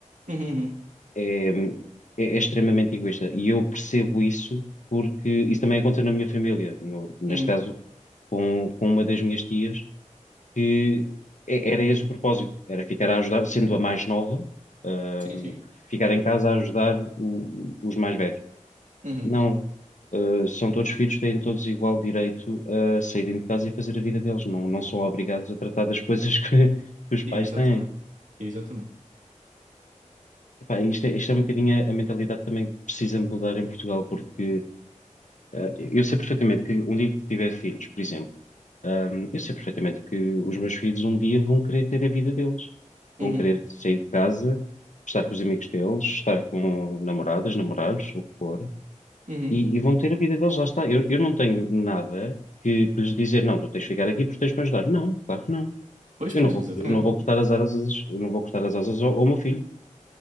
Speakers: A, on the right; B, on the left.
A: Uhum, uhum,
B: é, é- é extremamente egoísta. E eu percebo isso porque isso também aconteceu na minha família, no- neste
A: uhum.
B: caso com, com uma das minhas tias, que é- era esse o propósito, era ficar a ajudar, sendo a mais nova, ahm,
A: Sim, sim.
B: ficar em casa a ajudar o- o- os mais velhos.
A: Uhum.
B: Não. ah, são todos filhos, têm todos igual direito a saírem de casa e fazer a vida deles. Não, não são obrigados a tratar das <laughs> coisas que, que os pais
A: e Exatamente.
B: têm.
A: Exatamente.
B: Epá, isto é, isto é um bocadinho a a mentalidade também que precisa mudar em Portugal, porque eh, eu sei perfeitamente que um dia que tiver filhos, por exemplo, ehm, eu sei perfeitamente que os meus filhos um dia vão querer ter a vida deles, vão
A: Uhum,
B: querer sair de casa, estar com os amigos deles, estar com namoradas, namorados, o que for,
A: uhum.
B: e, e vão ter a vida deles, lá está. Eu, eu não tenho nada que, que lhes dizer, não, tu tens de ficar aqui porque tens de me ajudar. Não, claro que não.
A: Pois,
B: Eu
A: pois,
B: não vou,
A: exatamente.
B: eu não vou cortar as asas, eu não vou cortar as asas ao, ao meu filho.